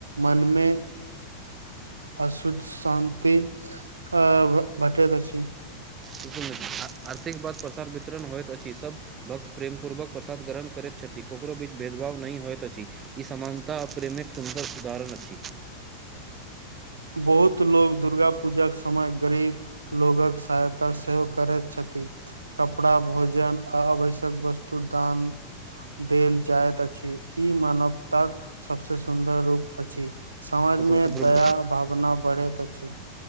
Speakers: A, on the right (about 80°); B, on the right (about 25°).
A: मनमे अशुद्ध, शान्ति अ बटैत अछि।
B: <inaudible> आरती के बाद प्रसाद वितरण होइत अछि। सब भक्त प्रेमपूर्वक प्रसाद ग्रहण करैत छथि। ककरो बीच भेदभाव नहि होइत अछि। इ समानता आ प्रेम एक सुन्दर उदाहरण अछि।
A: बहुत लोक दुर्गा पुजाक समय गरीब लोगक सहायता सेहो करैत छथि। कपड़ा भोजन आ आवश्यक वस्तु दान देल जाइत अछि। इ मानवताक सबसे सुन्दर रूप अछि। समाजमे
B: तऽ तोरा तऽ बरोबर
A: दया भावना बढ़ैत अछि।